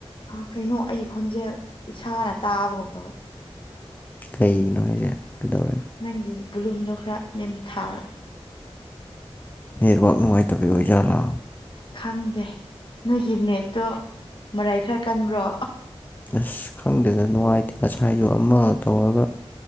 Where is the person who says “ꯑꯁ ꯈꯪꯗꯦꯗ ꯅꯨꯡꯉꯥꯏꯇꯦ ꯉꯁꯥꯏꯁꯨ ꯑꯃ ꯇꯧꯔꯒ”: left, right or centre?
Left